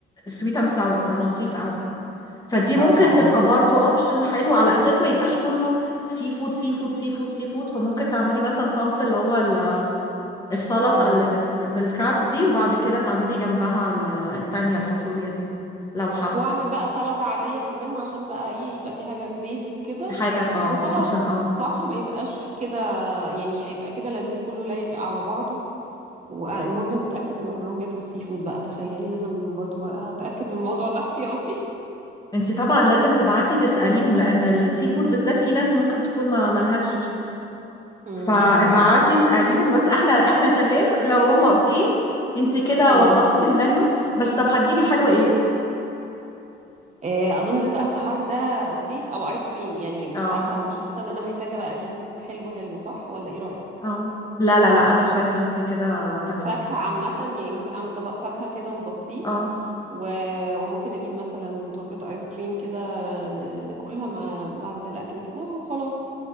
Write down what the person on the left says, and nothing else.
سويت اند ساور فلطيف قوي فدي ممكن
تبقى
برضو اوبشن حلو على اساس ما يبقاش كله سي فود سي فود سي فود سي فود فممكن تعملي مثلا صنف اللي هو ال- السلطه
اللي بال- بالكرابس دي وبعد كده تعملي جنبها ال- التانية الفاصوليا دي لو حب
حاجه يبقى اه
عشان اه
انت طبعا لازم
تبعتي تسأليهم لان السي فود بالذات في ناس ممكن تكون ما ملهاش فيه
فابعتي
اسأليهم بس احنا احنا تمام لو هما اوكي انت كده
وضبتي المنيو بس طب هتجيبي حلو ايه
اه
اه لا لا لا انا شايفة انت كده تمام
اه